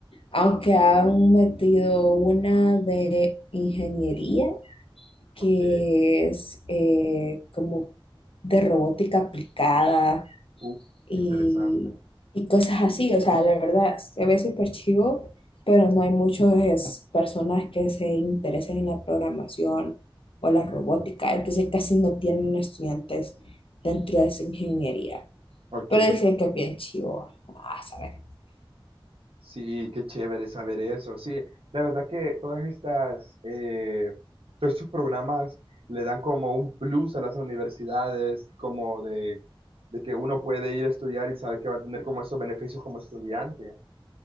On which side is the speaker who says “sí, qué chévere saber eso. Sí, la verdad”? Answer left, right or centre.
Right